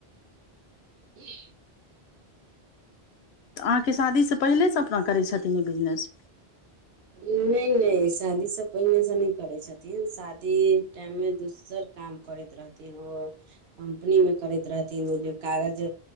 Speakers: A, on the right; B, on the left.
A: ह
B: तऽ अहाँके शादीसँ पहिलेसँ अपना करै छथि ई बिजनेस
A: नहि नहि, शादी सभ पहिने सँ नहि करै छथि शादी टाइममे दोसर काज करैत रहथिन कम्पनीमे करैत रहथिन ओ जे कागज